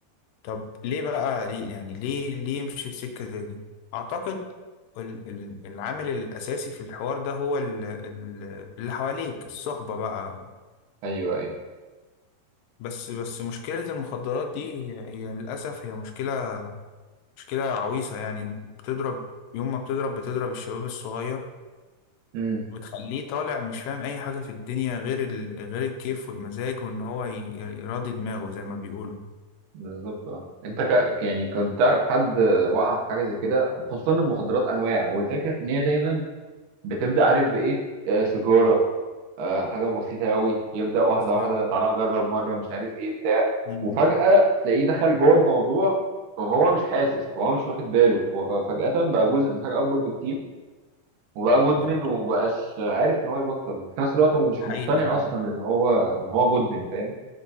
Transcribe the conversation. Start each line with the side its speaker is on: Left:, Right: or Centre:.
Left: طب ليه بقى ليه يعني ليه ليه يمشي في سكة زي دي اعتقد ال- ال- العامل الاساسي في الحوار ده هو ال- ال- اللي حواليك الصحبة بقى
Right: ايوه ايوه
Left: بس بس مشكلة المخدرات دي هي هي للأسف هي مشكلة مشكلة عويصة يعني بتضرب يوم ما بتضرب بتضرب الشباب الصغير
Right: امم
Left: وبتخليه طالع مش فاهم أي حاجة في الدنيا غير ال... غير الكيف والمزاج وإن هو ي... يراضي دماغه زي ما بيقولوا
Right: بالظبط اه انت ك... يعني كنت تعرف حد وقع في حاجه زي كده خصوصا المخدرات انواع والفكره ان هي دايما بتبدا عارف بايه آه سيجاره آه حاجه بسيطه قوي يبدا واحده
Left: بالظبط
Right: واحده تعالى جرب مره مش عارف ايه بتاع
Left: مم.
Right: وفجاه تلاقيه دخل جوه الموضوع وهو مش حاسس وهو مش واخد باله هو ف- فجاه بقى جزء من حاجه اكبر بكتير وبقى مدمن
Left: ده حقيقي
Right: ومبقاش عارف ان هو يبطل وفي نفس الوقت هو مش
Left: ده حقيقي
Right: مقتنع
Left: فعلا
Right: اصلا ان هو ان هو مدمن فاهم